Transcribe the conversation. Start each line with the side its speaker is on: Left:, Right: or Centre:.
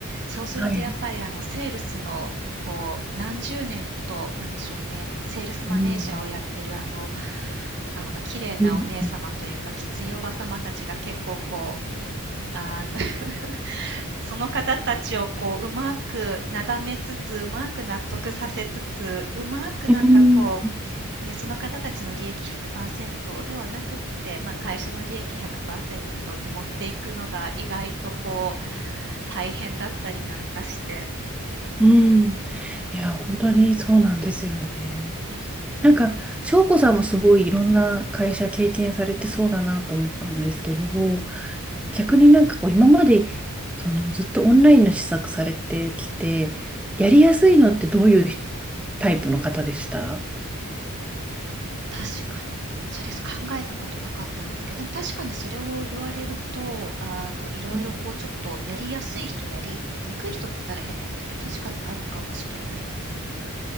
Right: そうするとやっぱりあの、
Centre: はい。
Right: セールスの、こう、何十年と、なんでしょうね、セールスマネージャーをやってるあの、
Centre: うん、
Right: あの、綺麗なお姉様というか、
Centre: うん、
Right: きついおば様たちが結構こう、あの <laughs>、その方たちをこう、うまくなだめつつ、うまく納得させつつ、うまくなんかこ
Centre: うん、
Right: う、ね、その方たちの利益100%ではなくって、まあ、会社の利益100%に持っていくのが意外とこう大変だったりなんかして。
Centre: うん。いや、本当にそうなんですよね。なんか、翔子さんもすごいいろんな会社経験されてそうだなと思ったんですけど、逆になんかこう今までそのずっとオンラインの施策されてきて、やりやすいのってどういうひタイプの方でした
Right: 確かに。それ考えたことなかったんですけど、でも確かにそれを言われると、あの、いろいろこうちょっとやりやすい人、
Centre: うん
Right: やりにくい人って言ったら変ですけど、確かにあるかもしれないですね。